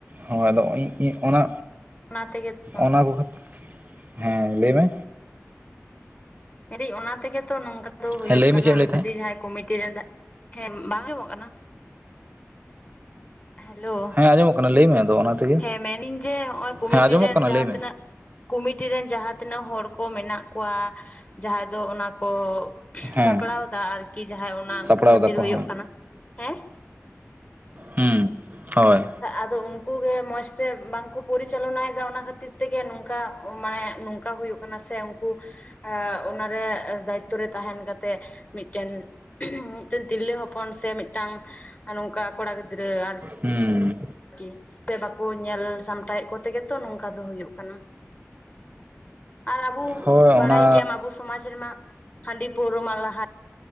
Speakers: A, on the right (about 35°); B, on the left (about 30°).
A: ᱦᱳᱭ ᱟᱫᱚ ᱤᱧᱼᱤᱧ ᱚᱱᱟ,
B: ᱚᱱᱟ ᱛᱮᱜᱮ ᱛᱚ
A: ᱚᱱᱟ ᱠᱚ ᱠᱷᱟᱛᱤᱨ ᱦᱮᱸ ᱞᱟᱹᱭ ᱢᱮ
B: ᱢᱮᱱᱫᱟᱹᱧ ᱚᱱᱟ ᱛᱮᱜᱮ ᱛᱚ ᱱᱚᱝᱠᱟ ᱫᱚ ᱦᱩᱭᱩᱜ
A: ᱦᱮᱸ ᱞᱟᱹᱭ ᱢᱮ
B: ᱠᱟᱱᱟ
A: ᱪᱮᱫ ᱮᱢ ᱞᱟᱹᱭ ᱛᱟᱦᱮᱸᱫ
B: ᱡᱩᱫᱤ ᱡᱟᱦᱟᱸᱭ ᱠᱚᱢᱤᱴᱤ ᱨᱮᱱ ᱦᱮᱸ ᱵᱟᱝ ᱟᱸᱡᱚᱢᱚᱜ ᱠᱟᱱᱟ? ᱦᱮᱞᱳ
A: ᱦᱮᱸ ᱟᱸᱡᱚᱢᱚᱜ ᱠᱟᱱᱟ ᱞᱟᱹᱭ ᱢᱮ ᱟᱫᱚ ᱚᱱᱟ ᱛᱮᱜᱮ
B: ᱦᱮᱸ ᱢᱮᱱᱟᱹᱧ ᱡᱮ ᱱᱚᱜᱼᱚᱭ ᱠᱚᱢᱤᱴᱤ
A: ᱦᱮᱸ ᱟᱸᱡᱚᱢᱚᱜ
B: ᱨᱮᱱ
A: ᱠᱟᱱᱟ
B: ᱡᱟᱦᱟᱸ
A: ᱞᱟᱹᱭ ᱢᱮ
B: ᱛᱤᱱᱟᱹᱜ ᱠᱚᱢᱤᱴᱤ ᱨᱮᱱ ᱡᱟᱦᱟᱸ ᱛᱤᱱᱟᱹᱜ ᱦᱚᱲ ᱠᱚ ᱢᱮᱱᱟᱜ ᱠᱚᱣᱟ ᱡᱟᱦᱟᱸᱭ ᱫᱚ ᱚᱱᱟ ᱠᱚ
A: ᱦᱮᱸ
B: ᱥᱟᱯᱲᱟᱣ ᱫᱟ ᱟᱨᱠᱤ ᱡᱟᱦᱟᱸ ᱚᱱᱟ ᱩᱱᱠᱩ
A: ᱥᱟᱯᱲᱟᱣ
B: ᱠᱷᱟᱹᱛᱤᱨ
A: ᱫᱟᱠᱚ
B: ᱦᱩᱭᱩᱜ
A: ᱦᱚᱸ
B: ᱠᱟᱱᱟ᱾ ᱦᱮᱸ
A: ᱦᱩᱸ ᱦᱳᱭ
B: ᱟᱫᱚ ᱩᱱᱠᱩᱩᱜᱮ ᱢᱚᱸᱡᱽᱛᱮ ᱵᱟᱝᱠᱩ ᱯᱚᱨᱤᱪᱟᱞᱚᱱᱟᱭ ᱮᱫᱟ ᱚᱱᱟ ᱠᱷᱟᱹᱛᱤᱨ ᱛᱮᱜᱮ ᱱᱚᱝᱠᱟ ᱢᱟᱱᱮ ᱱᱚᱝᱠᱟ ᱦᱩᱭᱩᱜ ᱠᱟᱱᱟ ᱥᱮ ᱩᱱᱠᱩ ᱮᱸ ᱚᱱᱟᱨᱮ ᱫᱟᱭᱤᱛᱛᱚ ᱨᱮ ᱛᱟᱸᱦᱮᱱ ᱠᱟᱛᱮᱫ ᱢᱤᱫᱴᱮᱱ ᱦᱩᱸ ᱢᱤᱫᱴᱟᱝ ᱛᱤᱨᱞᱟᱹ ᱦᱚᱯᱚᱱ ᱥᱮ ᱢᱤᱫᱴᱟᱝ ᱱᱚᱝᱠᱟ ᱠᱚᱲᱟ ᱜᱤᱫᱽᱨᱟᱹ ᱟᱨ
A: ᱦᱩᱸᱻ
B: ᱠᱤ ᱛᱮ ᱵᱟᱠᱚ ᱧᱮᱞ ᱥᱟᱢᱴᱟᱣᱮᱫ ᱠᱚᱛᱮ ᱜᱮᱛᱚ ᱱᱚᱝᱠᱟ ᱫᱚ ᱦᱚᱭᱳᱜ ᱠᱟᱱᱟ᱾ ᱟᱨ ᱟᱵᱚ
A: ᱦᱳᱭ
B: ᱵᱟᱲᱟᱭ
A: ᱚᱱᱟ
B: ᱜᱮᱭᱟᱢ ᱟᱵᱚ ᱥᱚᱢᱟᱡᱽ ᱨᱮᱢᱟ ᱦᱟᱺᱰᱤ ᱯᱟᱹᱣᱨᱟᱹ ᱢᱟ ᱞᱟᱦᱟ